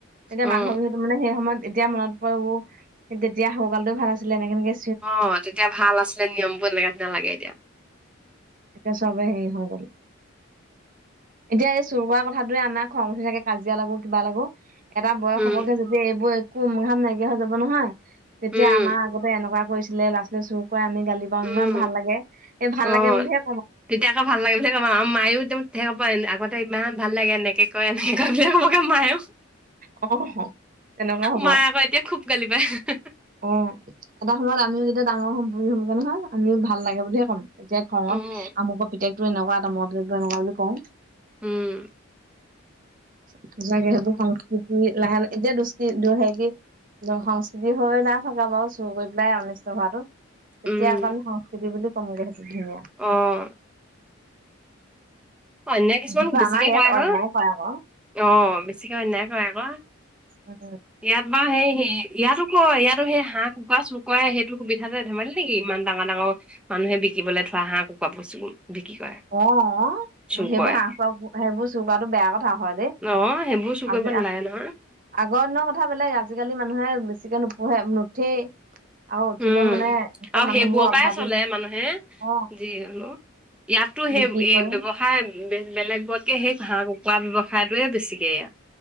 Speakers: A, on the right (about 40°); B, in the centre.
A: এতিয়া
B: উম,
A: মাঘৰ বিহুটো মানে সেই সময়ত এতিয়া মনত পৰে ও, তেতিয়া সৰুকালতে ভাল আছিলে এনেকে কেনেকে
B: অ' তেতিয়া ভাল আছিলে নিয়মবোৰ এনেকা <unintelligible> লাগে। এতিয়া
A: এতিয়া চবেই হেৰি হৈ গ'ল। এতিয়া এই চুৰ কৰা কথাটোৱে আমাক খং উঠি থাকে। কাজিয়া লাগো, কিবা লাগো। এটা বয়স
B: উম,
A: হ'বগে যেতিয়া এইবোৰ একো উম-ঘাম নাইকিয়া হৈ যাব নহয়। তেতিয়া
B: উম,
A: আমাৰ আগতে এনেকুৱা কৰিছিলে, ল'ৰা-ছোৱালীয়ে চুৰ কৰে আমি গালি বা
B: উম,
A: ইমান ভাল লাগে, এই ভাল
B: অ',
A: লাগে বুলিহে
B: তেতিয়া আকৌ ভাল লাগে বুলি কব। আৰু মায়ো <unintelligible> আগতে ইমান ভাল লাগে এনেকে কয় এনেকে কয় <unintelligible>
A: অ তেনেকুৱা হব
B: মায়ে আকৌ এতিয়া খুব গালি পাৰে।
A: অ' এটা সময়ত আমিও যেতিয়া ডাঙৰ হম, বুঢ়ী হমগে নহয়, আমিও ভাল লাগে বুলিহে কম। এতিয়া খঙত
B: অ',
A: আমুকৰ পুতেকটো এনেকুৱা, তামুকৰ পুতেকটো এনেকুৱা বুলি কওঁ।
B: উম।
A: সঁচাকে সেইবোৰ সংস্কৃতি লাহে - লা- এতিয়া <unintelligible> <unintelligible> সংস্কৃতি হৈ নাই থকা বাৰু, চুৰ কৰি পেলাই অনিষ্ট হোৱাটো। তেতিয়া
B: উম,
A: আকৌ আমি সংস্কৃতি বুলি ক'মগে সেইটো ধুনীয়া।
B: অ'। অন্যায় কিছুমান
A: কিন্তু
B: বেছিকে
A: আমাৰ ইয়াত
B: কৰে
A: অন্যায়
B: আক'।
A: কৰে আকৌ
B: অ' বেছিকে অন্যায় কৰে আক'।
A: <unintelligible>
B: ইয়াত বাৰু সেই হেই- ইয়াতো কয়। ইয়াতো সেই হাঁহ-কুকুৰা চুৰ কৰা সেইটো সুবিধাতে ধেমালি নেকি ইমান ডাঙৰ - ডাঙৰ মানুহে বিকিবলৈ থোৱা হাঁহ- কুকুৰাবোৰ চুৰ বিক্ৰী কৰে।
A: অ'।
B: চুৰ
A: সেইবোৰ
B: কৰে।
A: হাঁহ-কুকুৰা- সেইবোৰ চুৰ কৰাটো বেয়া কথা হয় ৰে।
B: অ', সেইবোৰ চুৰ কৰিব
A: আজি আ
B: নালাগে নহয়
A: আগৰ দিনৰ কথা বেলেগ। আজিকালি মানুহে বেছিকে নুপুহে নুঠেই আকৌ উঠিলেও
B: উম'।
A: মানে চব
B: আৰু
A: মানুহবোৰ
B: সেইবোৰৰ
A: অভাৱী
B: পৰাই চলে মানুহে,
A: অ
B: যি হ'লেও। ইয়াত তো সেই-
A: বিক্ৰী
B: এই
A: কৰে
B: ব্যৱসায় বেলেগতকৈ সেই হাঁহ- কুকুৰা ব্যৱসায়টোৱে বেছিকে ইয়াত।